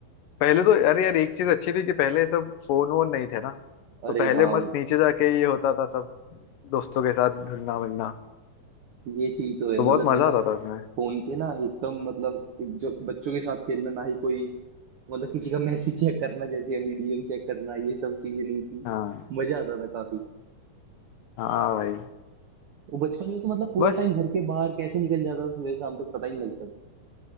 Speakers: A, on the left (about 85°); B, on the right (about 85°).
A: पहले तो अरे यार एक चीज अच्छी थी कि पहले सब फोन वोन नहीं थे ना तो
B: अरे
A: पहले
B: हाँ
A: मस्त नीचे जाके ये होता था सब दोस्तों के साथ घुलना मिलना
B: ये चीज तो है
A: तो
B: मतलब
A: बहुत मजा
B: बिना
A: आता था उसमें
B: फोन के ना एकदम मतलब एक जो बच्चों के साथ खेलना ना ही कोई मतलब किसी का मैसेज चेक करना जैसे अभी डीएम चेक करना ये सब चीजें नहीं थी
A: हाँ
B: मजा आता था काफी
A: हाँ भाई
B: वो बचपन में तो मतलब पूरा
A: बस
B: टाइम घर के बाहर कैसे निकल जाता था सुबह शाम तक पता ही नहीं लगता था